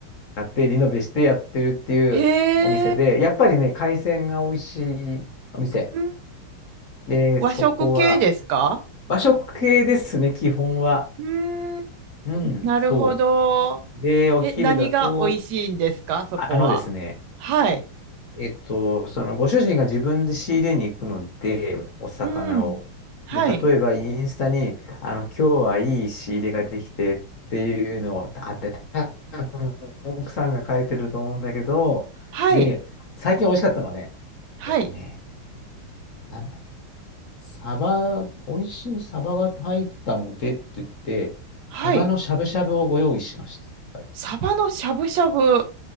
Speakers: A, on the left; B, on the right.
A: 買ってリノベしてやってるっていうお店で、
B: へー、
A: やっぱりね、海鮮が美味しいお店。
B: うん
A: で、
B: 和食系ですか
A: そこは和食系ですね、基本は。
B: うーん、
A: うん、
B: なるほど。
A: そう。で、お昼だと、
B: え、何が美味しいんですかそこは。
A: あのですね、
B: はい。
A: えっと、そのご主人が自分で仕入れに行くので、お魚を。
B: うん。はい。
A: で、例えばインスタに、あの、今日はいい仕入れができてっていうのを、あで多分奥さんが書いてると思うんだけど、
B: はい。
A: で、最近美味しかったのはね、
B: はい。
A: えっとね、なんだ、サバ、美味しいサバが入ったのでって言って、
B: はい。
A: サバのしゃぶしゃぶをご用意しました。はい
B: サバのしゃぶしゃぶ。